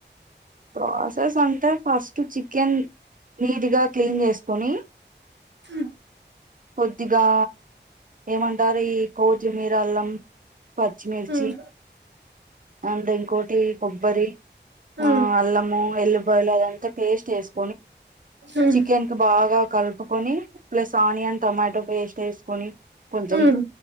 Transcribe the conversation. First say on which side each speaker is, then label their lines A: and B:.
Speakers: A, on the right (about 45°); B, on the right (about 70°).
A: ప్రాసెస్ అంటే ఫస్ట్ చికెన్ నీట్గా క్లీన్ చేసుకొని
B: హ్
A: కొద్దిగా ఏమంటారు ఈ కోచిమిరాళ్ళం పచ్చిమిర్చి
B: ఉమ్
A: అల్లా ఇంకోటి కొబ్బరి
B: ఉమ్
A: ఆ అల్లము ఎల్లుపాయలు అదంతా పేస్ట్ వేసు
B: ఉమ్
A: చికెన్ కి బాగా కలుపుకొని ప్లస్ ఆనియన్ టమాటో పేస్ట్ వేసుకొని కొంచం
B: ఉమ్